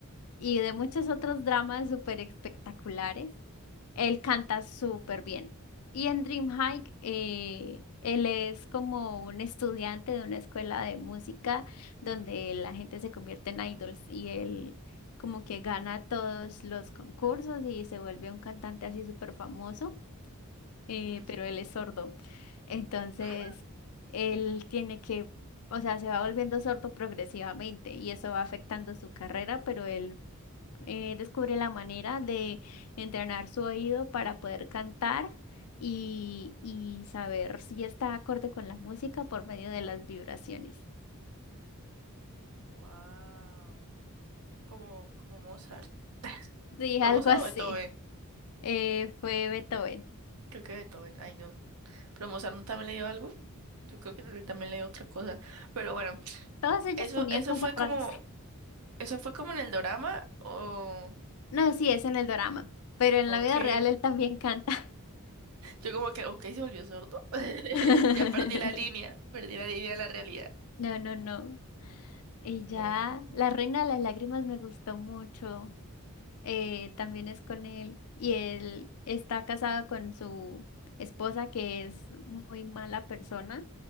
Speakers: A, on the left (about 80°); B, on the right (about 80°).
A: y de muchos otros dramas súper espectaculares. Él canta súper bien. Y en Dreamhike, eh, él es como un estudiante de una escuela de música donde la gente se convierte en idols y él como que gana todos los concursos y se vuelve un cantante así súper famoso eh,
B: Ujú.
A: pero él es sordo. Entonces,
B: ¿Mm?
A: él tiene que, o sea, se va volviendo sordo progresivamente y eso va afectando su carrera, pero él eh, descubre la manera de entrenar su oído para poder cantar y, y saber si está acorde con la música por medio de las vibraciones.
B: Wow. Como, como Mozart.
A: Sí,
B: ¿Fue
A: <laughs> algo
B: Mozart
A: así.
B: o Beethoven?
A: Eh, fue Beethoven.
B: Creo que Beethoven, ay no. Pero Mozart no también le dio algo. Yo creo que él también le dio otra cosa. Pero bueno,
A: Todos ellos
B: eso,
A: tenían
B: eso
A: cosas
B: fue como,
A: raras.
B: eso fue como en el dorama o.
A: No, sí, es en el drama, pero en
B: Ok,
A: la vida real él también canta.
B: yo como que, ok, se volvió sordo. <laughs>
A: <laughs>
B: Ya perdí la línea, perdí la línea de la realidad.
A: No, no, no. Y ya,
B: Mm.
A: La Reina de las Lágrimas me gustó mucho. Eh, también es con él. Y él está casado con su esposa, que es muy mala persona,